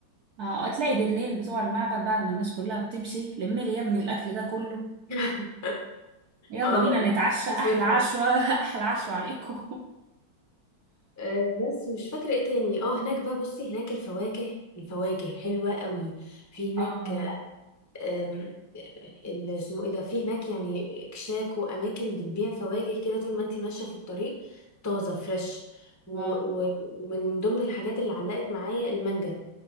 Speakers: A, on the right (about 60°); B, on the left (about 20°).
A: اه تلاقي بالليل بتوع المعبد بعد ما الناس كلها بتمشي لمي لي يا ابني الاكل ده كله
B: <laughs>
A: يلا
B: اه
A: بينا نتعشى
B: مصرفة
A: احلى عشوه <laughs> احلى عشوه عليكم <laughs>
B: آه، بس مش فاكرة ايه تاني اه هناك بقى بصي هناك الفواكه الفواكه حلوة قوي في هناك
A: اه
B: أم، اللي اسمه ايه ده في هناك يعني اكشاك واماكن بتبيع فواكه كده طول ما انت ماشيه في الطريق طازه فريش و-
A: واو
B: و- ومن ضمن الحاجات اللي علقت معايا المانجا